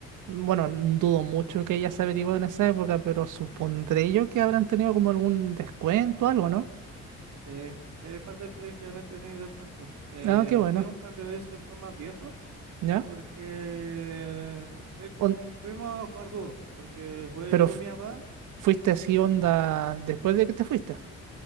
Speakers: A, on the right; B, on the right.
A: bueno, dudo mucho que ella se averiguó en esa época, pero supondré yo que habrán tenido como algún descuento, algo, ¿no?
B: Eh, si eres parte del colegio, obviamente tenéis descuento. Eh,
A: Ah, qué bueno,
B: fui un par de veces después más viejo
A: ¿ya?
B: porque fue
A: On-
B: como- fuimos a jugar dúo, porque jugué
A: pero
B: yo
A: f-
B: con mi papá
A: fuiste
B: Ah,
A: así onda después de que te fuiste.